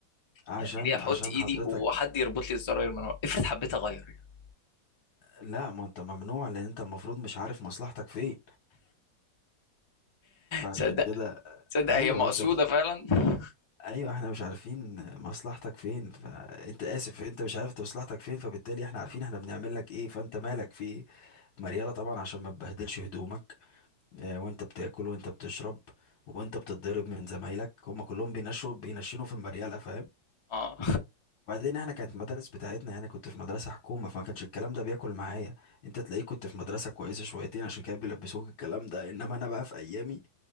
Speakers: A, on the left (about 70°); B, on the left (about 45°).
A: عشان
B: يعني ليه احط
A: عشان
B: ايدي
A: حضرتك
B: وحد يربط لي الزراير من ورا افرض حبيت اغير يعني
A: لا ما انت ممنوع لان انت المفروض مش عارف مصلحتك فين فعشان
B: تصدق
A: كده
B: تصدق
A: ايوه
B: هي مقصوده
A: انت مش
B: فعلا <laughs>
A: ايوه احنا مش عارفين مصلحتك فين فانت اسف انت مش عارف انت مصلحتك فين فبالتالي احنا عارفين احنا بنعمل لك ايه فانت مالك في ايه مريالة طبعا عشان ما تبهدلش هدومك آه، وانت بتاكل وانت بتشرب وانت بتتضرب من زمايلك هم كلهم بينشوا بينشنوا في المريالة فاهم
B: اه
A: وبعدين احنا كانت المدارس بتاعتنا انا كنت في مدرسة حكومة فما كانش الكلام ده بياكل معايا انت تلاقيك كنت في مدرسة كويسة شويتين عشان كده بيلبسوك الكلام ده انما انا بقى في ايامي